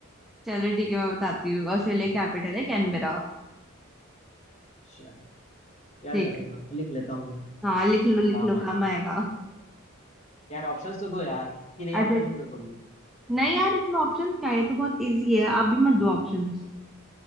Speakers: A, in the centre; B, on the left (about 30°).
A: चलो ठीक है मैं बताती हूँ ऑस्ट्रेलिया कैपिटल है कैनबेरा
B: अच्छा याद
A: ठीक
B: रखूंगा लिख लेता हूँ मैं
A: है हाँ लिख लो लिख
B: काम
A: लो
B: आए
A: काम आएगा
B: यार ऑप्शंस तो दो यार कि नहीं ऑप्शंस
A: अच्छा
B: नहीं दोगी
A: नहीं यार इसमें ऑप्शंस क्या है ये तो बहुत इजी है आप भी मत दो ऑप्शंस